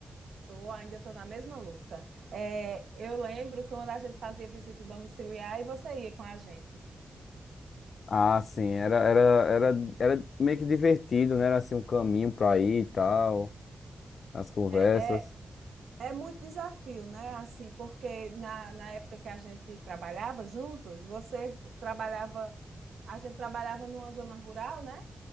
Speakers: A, on the right; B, on the left.
A: Tô, ainda estou na mesma luta. É, eu lembro quando a gente fazia visita domiciliar e você ia com a gente.
B: Ah, sim, era, era, era, era meio que divertido, né? Era assim um caminho pra ir e tal, as conversas.
A: É, é, é muito desafio, né? Assim, porque na, na época que a gente trabalhava juntos, você trabalhava, a gente trabalhava numa zona rural, né?